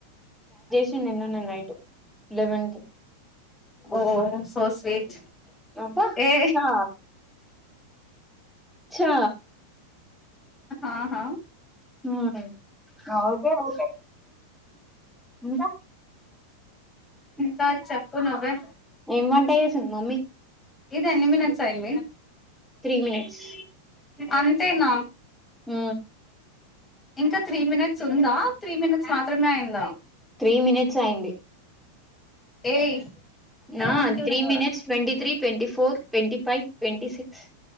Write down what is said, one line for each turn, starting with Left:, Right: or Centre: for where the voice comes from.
Centre: చి నిననే నైట్ లెవెన్ కి
Left: ఓ సో స్వీట్
Centre: అబ్బ
Left: ఏ
Centre: చా చా
Left: ఆహా
Centre: ఆయ్ ఆ ఓకే ఓకే ఇంకా
Left: ఇంకా చెప్పు నువ్వే
Centre: ఏం వంట చేసింది మమ్మీ
Left: ఇదే ఎన్ని మినట్స్ ఐంది
Centre: త్రీ మినట్స్
Left: అంతేనా
Centre: ఊ
Left: ఇంకా త్రీ మినిట్స్ ఉందా త్రీ మినిట్స్ మాత్రమే అయిందా
Centre: త్రీ మినిట్స్ అయింది
Left: ఏయ్ ఇద్దరు
Centre: నా
Left: ఆన్ క్యూ
Centre: త్రీ
Left: నహీ హో
Centre: minutes
Left: రహా
Centre: ట్వంట three ట్వ four ట్వ five ట్వ six